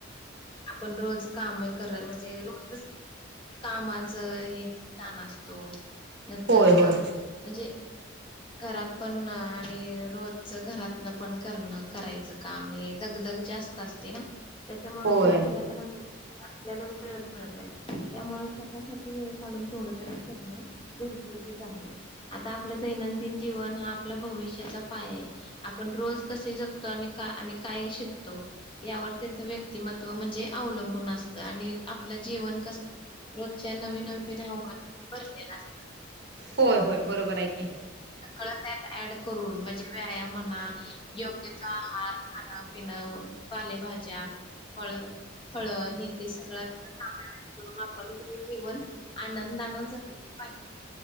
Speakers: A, on the left; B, on the right.
A: आपण रोज काम करा म्हणजे म्हणजे रोज कामाच हे तेथण असतो नंतर
B: होय होय
A: म्हणजे घरात पण आणि रोज घरातलं पण करणं करायचं काम हे दगद ग जास्त असते ना त्याच्यामुळेन
B: होय.
A: ते केल्यानंतर आपल्याला वेळच मिळत नाही त्यामुळे स्वतःसाठी वेळ काढून थोडातरी करणं गरजेच आहे आता आपलं दैनंदिन जीवन हा आपल्या भविष्याचा पाय आहे आपण रोज कसे जगतो आणि आणि काय शिक तो यावर त्याच व्यक्तिमत्व म्हणजे अवलंबून असत आणि आपलं जीवन कस रोजच्या नवीन नवीन आव्हान बरलेला असत
B: होय होय बरोबर आहे की
A: सगळं त्यात करून म्हणजे व्यायाम योग्य त आहार खाण पिन पालेभाजी फळ फळ हे ते सगळ म्हण आपण हे जीवण आनंदान जगलं पाहिजे